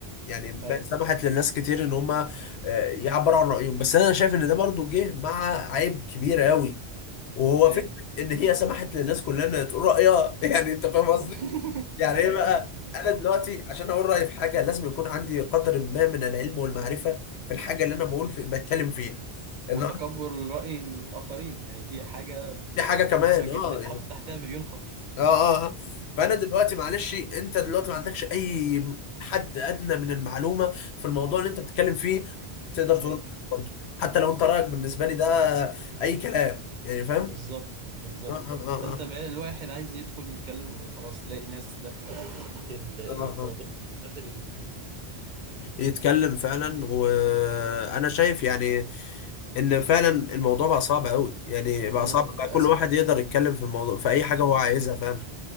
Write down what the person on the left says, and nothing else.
يعني بقت
سمحت للناس كتير ان هم آه، يعبروا عن رأيهم بس انا شايف ان ده برضو جه مع عيب كبير قوي وهو
فكرة ان هي سمحت للناس كلها انها تقول رأيها <laughs> يعني انت فاهم قصدي
يعني
ايه بقى انا دلوقتي عشان اقول رأيي في حاجة لازم يكون عندي قدر ما من العلم والمعرفة في الحاجة اللي انا بقول في بتكلم فيها
النهارده
دي حاجة كمان
اه
يعني
اه اه آه. فانا
دلوقتي معلش انت دلوقتي ما عندكش اي حد ادنى من المعلومه في الموضوع اللي انت بتتكلم فيه تقدر تقول
برضه حتى لو انت رايك بالنسبه لي ده اي كلام يعني فاهم
آه آه آه
آه.
آه، آه. آه.
يتكلم فعلا وانا شايف يعني ان فعلا الموضوع بقى صعب قوي يعني بقى
صعب بقى
كل واحد يقدر يتكلم في الموضوع في اي حاجه هو عايزها فعلا